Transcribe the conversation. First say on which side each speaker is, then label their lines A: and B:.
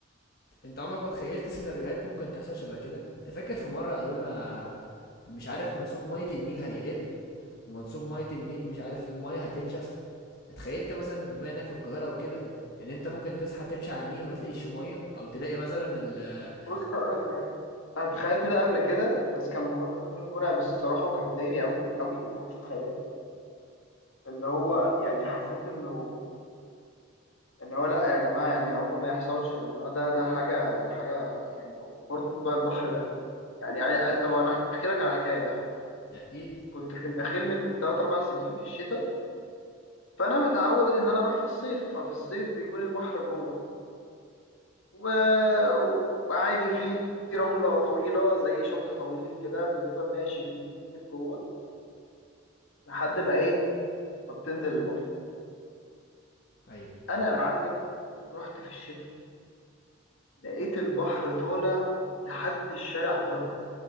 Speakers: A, on the left; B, on the left.
A: انت عمرك ما تخيلت سيناريوهات ممكن تحصل شبه كده انت فاكر في مرة قالوا لنا مش عارف منسوب مية النيل هيقل ومنسوب مية النيل مش عارف ايه المية هتنشف اتخيلت مثلا بما انك في القاهرة وكده ان انت ممكن تصحى تمشي على النيل ما تلاقيش مية او تلاقي مثلا ال
B: بص أقول لك على حاجة أنا تخيلت ده قبل كده بس كان الموضوع بالنسبة لي مرعب الصراحة وكان مضايقني أوي أوي فوق ما تتخيل اللي هو يعني حسيت إنه إن هو لأ يا جماعة يعني يا رب ما يحصلش لأن هو ده ده حاجة ده حاجة يعني وبرضه موضوع البحر ده يعني عاي- طب أنا أحكي لك على حكاية يا عم
A: احكيلي
B: كنت في النخيل من 3 4 سنين في الشتاء فانا متعود ان انا اروح في الصيف ففي الصيف بيكون البحر جوه و... وعادي في رملة طويلة زي شط طويل كده بتفضل ماشي فيه كتير جوه لحد ما ايه ما بتنزل البحر
A: ايوه
B: انا يا معلم رحت في الشتاء لقيت البحر طالع لحد الشارع بره